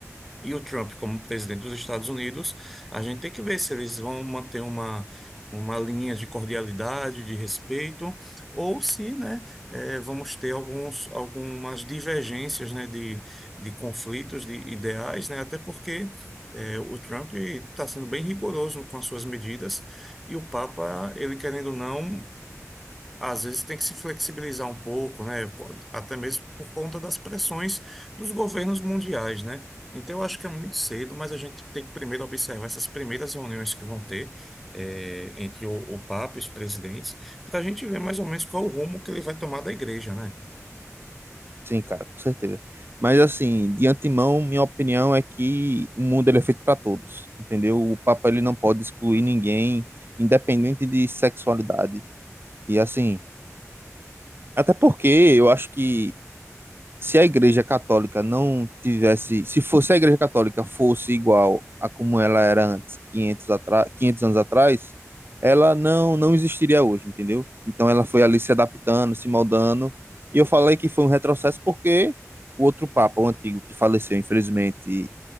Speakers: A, in the centre; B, on the right (about 45°).
A: e o Trump como presidente dos Estados Unidos, a gente tem que ver se eles vão manter uma, uma linha de cordialidade, de respeito, ou se, né, eh, vamos ter alguns, algumas divergências, né, de, de conflitos, de ideais, né, até porque eh, o Trump está sendo bem rigoroso com as suas medidas e o Papa, ele querendo ou não, às vezes tem que se flexibilizar um pouco, né? Pô, Até mesmo por conta das pressões dos governos mundiais, né? Então, eu acho que é muito cedo, mas a gente tem que primeiro observar essas primeiras reuniões que vão ter eh, entre o, o Papa e os presidentes, para a gente ver mais ou menos qual o rumo que ele vai tomar da igreja, né?
B: Sim, cara, com certeza. Mas assim, de antemão, minha opinião é que o mundo ele é feito para todos, entendeu? O Papa ele não pode excluir ninguém, independente de sexualidade. E assim, até porque eu acho que se a Igreja Católica não tivesse, se fosse a Igreja Católica fosse igual a como ela era antes, 500, atra- 500 anos atrás, ela não não existiria hoje, entendeu? Então ela foi ali se adaptando, se moldando, e eu falei que foi um retrocesso porque o outro Papa, o antigo, que faleceu, infelizmente,